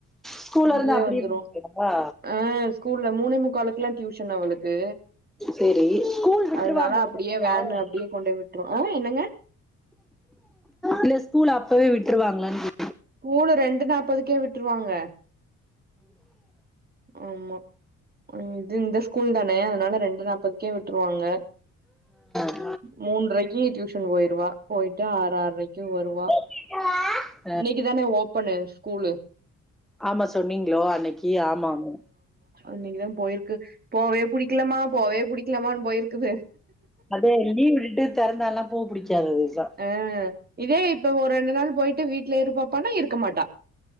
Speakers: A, in the centre; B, on the right.
A: ஸ்கூல்ல
B: இங்கே
A: இருந்து அப்படியே
B: வந்துரும்
A: இருந்துங்களா
B: ஆ ஸ்கூல்ல மூணே முக்காலுக்குல்லா டியூஷன் அவளுக்கு
A: சரி ஸ்கூல் விட்டுருவாங்க
B: அதனால அப்டியே
A: அந்த பையன்
B: வேன் அப்டியே கொண்டோய் விட்ரும் ஆ என்னங்க
A: இல்ல ஸ்கூல் அப்பவே விட்ருவாங்ளான் கேக்
B: கூலு ரெண்டு நாப்பதுக்கே விட்ருவாங்க ஆமா ம் இது இந்த ஸ்கூல் தானே அதனால ரெண்டு நாப்பதுக்கே விட்ருவாங்க
A: ஆ
B: மூன்றரைக்கு டியூஷன் போயிருவா போயிட்டு ஆற ஆற்ரைக்கு வருவா
A: ஆஹ
B: இன்னைக்கு தான ஓபன்னு ஸ்கூலு
A: ஆமா சொன்னீங்ளோ அன்னைக்கி ஆமா ஆமா
B: இன்னிக்குதா போயிருக்கு போவே புடிக்கலாமா போவே புடிக்கலாமான் போயிருக்குது
A: மறுப்டே லீவ் விட்டுட்டு தெறந்தா எல்லாம் பூ புடிச்சா ரோசா
B: ஆ இதே இப்ப ஒரு ரெண்டு நாள் போயிட்டு வீட்ல இரு பாப்பான்னா இருக்க மாட்டா